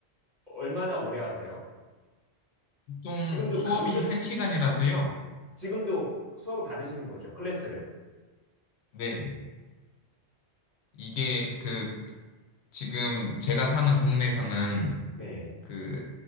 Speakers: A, on the right; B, on the left.
A: 얼마나 오래 하세요?
B: 보통
A: 지금도
B: 수업이
A: 강습,
B: 한시간이라서요
A: 지금도 수업을 받으시는 거죠, 클래스를.
B: 네. 이게 그 지금 제가 사는 동네에서는
A: 네.
B: 그